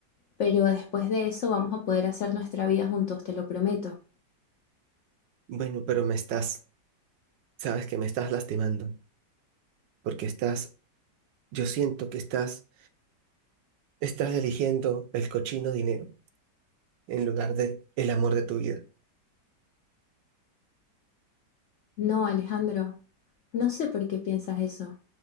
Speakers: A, on the left; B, on the right.
A: Pero después de eso vamos a poder hacer nuestra vida juntos, te lo prometo.
B: Bueno, pero me estás, sabes que me estás lastimando, porque estás, yo siento que estás, estás eligiendo el cochino dinero en lugar de el amor de tu vida.
A: No, Alejandro, no sé por qué piensas eso.